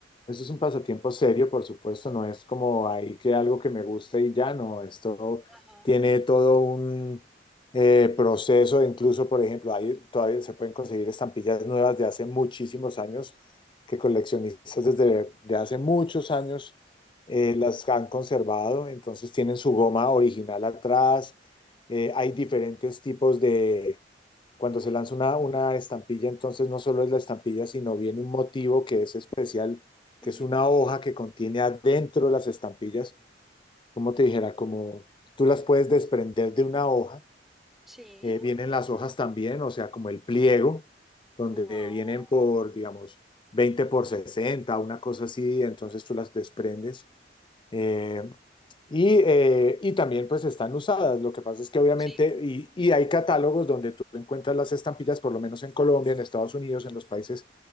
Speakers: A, on the left; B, in the centre.
A: Eso es un pasatiempo serio, por supuesto, no es como ahí que algo que me guste y ya no, esto
B: Ajá.
A: tiene todo un eh, proceso, incluso, por ejemplo, ahí todavía se pueden conseguir estampillas nuevas de hace muchísimos años, que coleccionistas desde de hace muchos años eh, las han conservado, entonces tienen su goma original atrás, eh, hay diferentes tipos de cuando se lanza una, una estampilla, entonces no solo es la estampilla, sino viene un motivo que es especial,
B: Ujú,
A: que es una
B: ujú.
A: hoja que contiene adentro las estampillas, como te dijera, como tú las puedes desprender de una hoja,
B: Sí.
A: eh, vienen las hojas también, o sea, como el pliego, donde
B: Wow.
A: vienen por, digamos, 20 por 60, una cosa así, entonces tú las desprendes eh, y, eh, y también pues están usadas. Lo que pasa es que obviamente,
B: Sí.
A: y, y hay catálogos donde tú encuentras las estampillas, por lo menos en Colombia, en Estados Unidos, en los países